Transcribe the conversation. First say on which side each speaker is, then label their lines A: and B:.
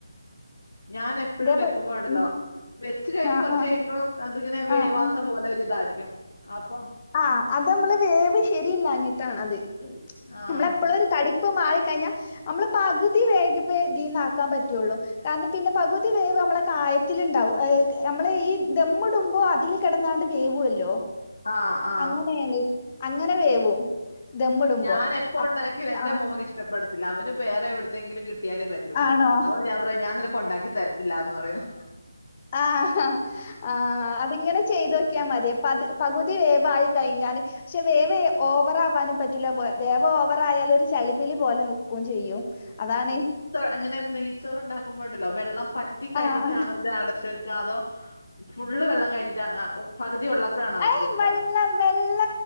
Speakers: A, on the left (about 60°); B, on the left (about 30°).
A: ഞാൻ എപ്പഴും
B: ഇതേപോ
A: വെക്കുമ്പോ ഉണ്ടല്ലോ
B: ഉം
A: വെച്ച് കഴിഞ്ഞ്
B: ആഹ്
A: കൊറച്ച്
B: ആഹ്
A: കഴിയുമ്പോം അതിങ്ങനെ വേവാത്ത
B: ആഹ്
A: പോലെ ഒരു ഇതായിരിക്കും അപ്പൊ
B: ആ് അത് നമ്മള് വേവ് ശരിയില്ലഞ്ഞിട്ടാണ് അത്
A: ആഹ്.
B: നമ്മള എപ്പോഴും ഒരു തടി ഇപ്പ മാളിക്കഴിഞ്ഞാൽ നമ്മള് പകുതി വേഗ ഇതിീന്നാക്കാൻ പറ്റുള്ളു. കാരണം പിന്നെ പകുതി വേവ് നമ്മളെ കായത്തിലുണ്ടാവും നമ്മള് ഈ ദമ് ഇടുമ്പോ അതില് കിടന്നാണ്ട് വേവല്ലോ
A: ആ ആ.
B: അങ്ങനെയാണ് അങ്ങനെ വേവും. ദമ്മിടുമ്പോ
A: ഞാൻ എപ്പോ
B: അപ്
A: ഉണ്ടാക്കി എൻ്റെ
B: ആഹ്
A: മോന് ഇഷ്ടപ്പെടത്തില്ല അവന് വേറെ എവിടുന്നെങ്കിലും കിട്ടിയാലേ പറ്റു. പറ്റുള്ളൂ
B: ആണോ
A: അതോണ്ട് ഞാൻ പറയും ഞാൻ നിനക് ഉണ്ടാക്കി തരത്തില്ല എന്ന് പറയും.
B: ആഹ ആ ആ അതിങ്ങനെ ചെയ്തോക്കിയാൽ മതി. പ പകുതി വേവായി കഴിഞ്ഞാല് പക്ഷേ വേവ് ഓവറ ആവാനും പറ്റില്ല വേവ് ഓവറ ആയാല് ഒരു ചളിപ്പി പോലെ ന ക്കും ചെയ്യും അതാണ്
A: എങ്ങനെ നെയ്ച്ചോറ് ഉണ്ടാക്കുമ്പോ ഉണ്ടല്ലോ വെള്ളം പറ്റി കഴിഞ്ഞിട്ടാണോ
B: ആഹ് ആഹ്
A: ഇത് അടച്ച് വെക്ക അതോ? ഫുള്ള് വെള്ളം കഴിഞ്ഞിട്ട് പകുതി ഉള്ളപ്പോഴാണ് അടച്ചു
B: ഏയ്
A: വെക്ക.
B: വെള്ള
A: <inaudible>
B: വെള്ള